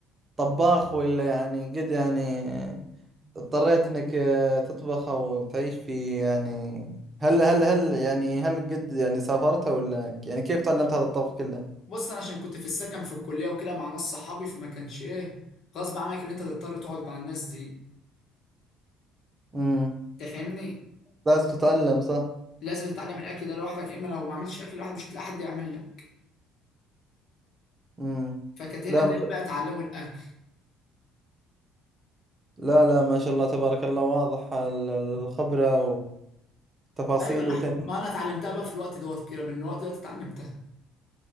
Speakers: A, on the right (about 35°); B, on the left (about 60°).
A: طباخ ولا يعني قد يعني اضطريت انك آه، تطبخ او تعيش في يعني هل هل هل يعني هل قد يعني سافرت ولا يعني كيف تعلمت هذا الطبخ كله؟
B: بص انا عشان كنت في السكن في الكليه وكده مع ناس صحابي فما كانش ايه غصب عنك ان انت تضطر تقعد مع الناس دي
A: امم
B: تفهمني
A: لازم تتعلم صح؟
B: لازم تتعلم الاكل ده لوحدك يا اما لو ما عملتش اكل لوحدك مش هتلاقي حد يعمل لك
A: امم
B: فكانت هنا
A: لا
B: بدأت
A: ما شاء-
B: بقى اتعلموا الاكل
A: لا لا ما شاء الله تبارك الله واضح ال- الخبرة والتفاصيل
B: ايوه لا
A: وتن
B: ما انا اتعلمتها بقى في الوقت دوت كده من الوقت دوت اتعلمتها